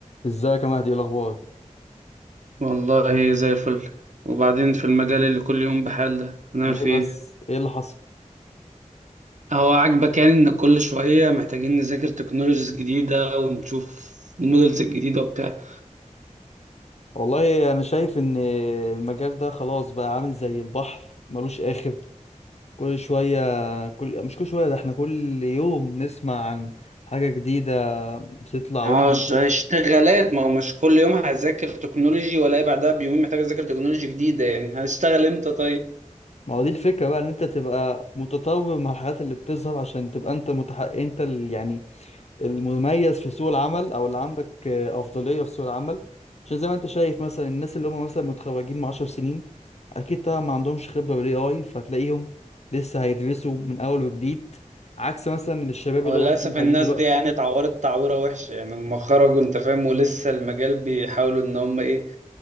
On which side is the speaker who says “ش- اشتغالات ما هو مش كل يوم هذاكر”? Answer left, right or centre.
Right